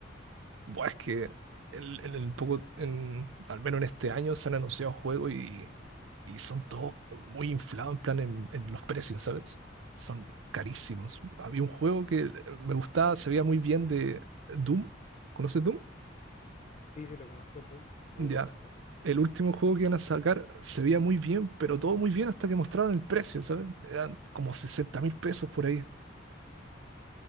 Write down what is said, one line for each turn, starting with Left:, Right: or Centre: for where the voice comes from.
Right: Buah, es que el, en el poco, en, al menos en este año se han anunciado juegos y, y son todos muy inflados en plan en, en los precios, ¿sabes? Son carísimos. Había un juego que me gustaba, se veía muy bien de Doom. ¿Conoces Doom?
Left: Sí, sí, lo conozco el Doom. Muy
Right: Ya.
Left: buen juego.
Right: El último juego que iban a sacar se veía muy bien, pero todo muy bien hasta que mostraron el precio, ¿sabes? Eran como sesenta mil pesos por ahí.